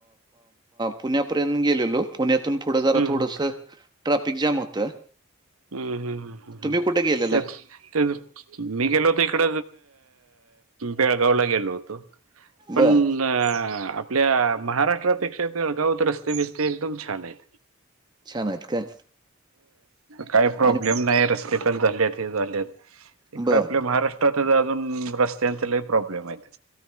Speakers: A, on the right; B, on the right.
A: पुण्यापर्यंत गेलेलोक. पुण्यातून पुढं जरा
B: हम्म
A: थोडंस ट्राफिक जॅम होतं.
B: हम्म हम् हम् हम्म
A: तुम्ही
B: हम्
A: कुठे गेलेला?
B: त्या मी गेलो होतो इकड बेळगावला गेलो होतो पण
A: बरं.
B: प आपल्या महाराष्ट्रापेक्षा बेळगावत रस्ते बिस्ते एकदम छान आहेत.
A: छान आहेत काय?
B: काही प्रॉब्लेम
A: आणि
B: नाही र. ेपल झाल्यात हे झालेत इकडं
A: बरं
B: आपल्या महाराष्ट्रातच अजून रस्त्यांचा काही प्रॉब्लेम आहेत.